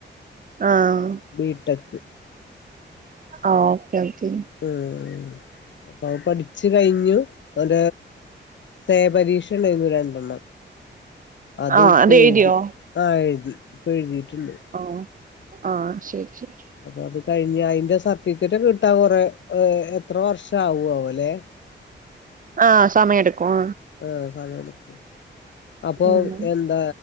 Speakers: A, on the right (about 45°); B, on the left (about 70°).
A: ആഹ
B: ബീടെക്
A: ആ ഓക്കെ ഓക്കെ
B: ഉംഊം അപ്പൊ അവ പഠിച്ചു കഴിഞ്ഞു അവ സേ പരീക്ഷ ഉണ്ടായിരുന്നു രണ്ട് അത്പ്പെഴ്തി
A: ആഹ് അത് എഴുതിയോ
B: ആ എഴുതി ഇപ്പ എഴുതീട്ട്ണ്ട്
A: ആ ആ ശരി ശരി
B: അപ്പൊ അത് കഴിഞ് അയിന്റെ സർട്ടിക്കറ്റ്ക്കെ കിട്ടാ കൊറേ എത്ര വർഷം ആവുവല്ലെ
A: ആ സമയം ഇടുക്കും
B: ആഹ സമയെട്ക്കും അപ്പൊ
A: ഉം
B: എന്ത